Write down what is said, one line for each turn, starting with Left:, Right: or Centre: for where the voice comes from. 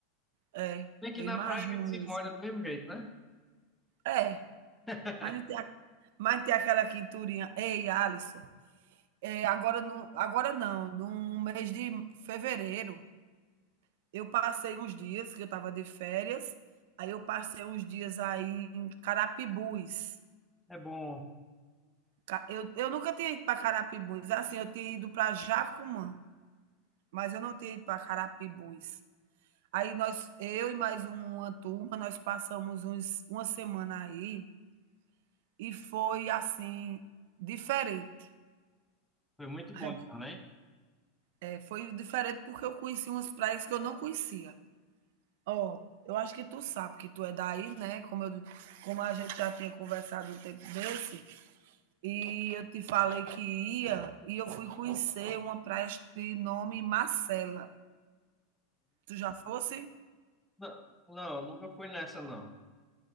Right: é,
Centre: Bem que
Right: eu
Centre: na
Right: imagino
Centre: praia a gente se
Right: mesmo.
Centre: molha do mesmo jeito, né?
Right: É,
Centre: <laughs>
Right: mas não tem a mas não tem aquela quinturinha ei, Alisson. É agora não agora não, no mês de fevereiro, eu passei uns dias que eu estava de férias, aí eu passei uns dias aí em Carapibus.
Centre: É bom.
Right: Ca- Eu, eu nunca tinha ido para Carapibus. Assim, eu tinha ido para Jacumã, mas eu não tinha ido para Carapibus. Aí nós, eu e mais uma turma, nós passamos uns, uma semana aí e foi assim diferente.
Centre: Foi muito bom
Right: É,
Centre: também.
Right: é, foi diferente porque eu conheci umas praias que eu não conhecia. Ó, eu acho que tu sabe que tu é daí, né? Como eu, como a gente já tinha conversado um tempo desse, E eu te falei que ia, e eu fui conhecer uma praia de nome Marcela. Tu já fosse?
Centre: Não, não, nunca fui nessa, não.